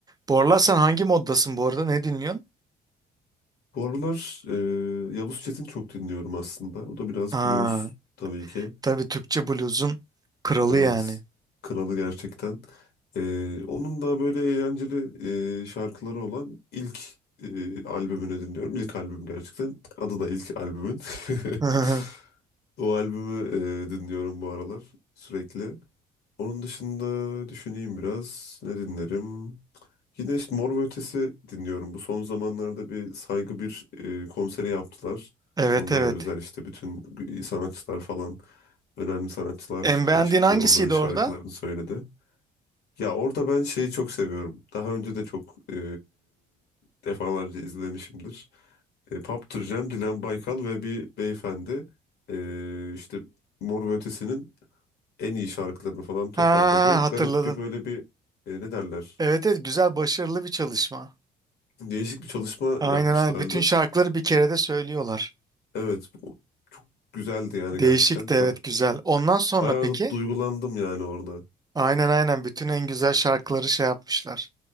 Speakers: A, on the right; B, on the left.
A: Bu aralar sen hangi moddasın bu arada ne dinliyorsun?
B: Bu aralar e, Yavuz Çetin çok dinliyorum aslında. O da biraz
A: Aa,
B: blues tabii ki.
A: tabii Türkçe bluzun kralı
B: Evet.
A: yani.
B: Kralı gerçekten. Ee, onun da böyle eğlenceli e, şarkıları olan ilk e, albümünü dinliyorum. İlk albüm gerçekten. Adı da ilk albümün. <laughs>
A: <laughs>
B: O albümü e, dinliyorum bu aralar sürekli. Onun dışında düşüneyim biraz. Ne dinlerim? Yine işte Mor ve Ötesi dinliyorum. Bu son zamanlarda bir Saygı bir e, konseri yaptılar.
A: Evet
B: Onlara
A: evet.
B: özel işte bütün sanatçılar falan önemli sanatçılar
A: En beğendiğin
B: e, çıktı.
A: hangisiydi
B: Onların şarkılarını
A: orada?
B: söyledi. Ya orada ben şeyi çok seviyorum. Daha önce de çok e, defalarca izlemişimdir. E, Paptır Cem, Dilan Baykal ve bir beyefendi e, işte Mor ve Ötesi'nin en iyi şarkılarını falan toparladı.
A: Ha hatırladım.
B: Garip bir böyle bir e, ne derler?
A: Evet evet güzel başarılı bir çalışma.
B: Değişik bir çalışma
A: Aynen
B: yapmışlardı.
A: aynen. Bütün şarkıları bir kerede söylüyorlar.
B: Evet, bu çok güzeldi yani
A: Değişik
B: gerçekten.
A: de
B: Za-
A: evet güzel. Ondan sonra
B: Bayağı
A: peki?
B: da duygulandım yani orada.
A: Aynen aynen bütün en güzel şarkıları şey yapmışlar.